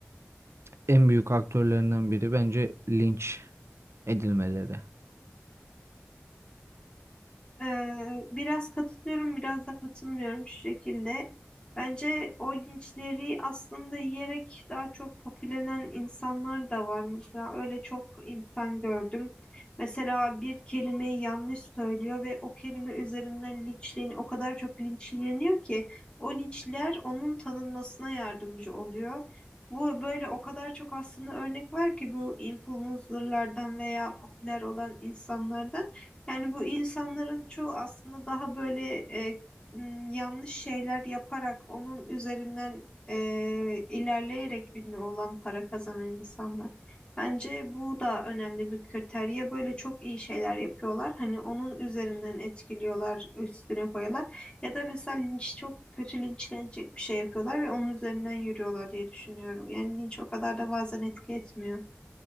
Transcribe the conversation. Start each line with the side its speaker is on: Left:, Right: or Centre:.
Right: en büyük aktörlerinden biri bence linç edilmeleri.
Left: Ee, biraz katılıyorum, biraz da katılmıyorum şu şekilde. Bence o linçleri aslında yiyerek daha çok popülenen insanlar da var. Mesela öyle çok insan gördüm. Mesela bir kelimeyi yanlış söylüyor ve o kelime üzerinden linçleniyor. O kadar çok linçleniyor ki o linçler onun tanınmasına yardımcı oluyor. Bu böyle o kadar çok aslında örnek var ki bu influencerlardan veya popüler olan insanlardan. Yani bu insanların çoğu aslında daha böyle e, m, yanlış şeyler yaparak onun üzerinden e, ilerleyerek ünlü olan para kazanan insanlar. Bence bu da önemli bir kriter. Ya böyle çok iyi şeyler yapıyorlar. Hani onun üzerinden etkiliyorlar, üstüne koyuyorlar. Ya da mesela linç çok kötü linçlenecek bir şey yapıyorlar ve onun üzerinden yürüyorlar diye düşünüyorum. Yani linç o kadar da bazen etki etmiyor.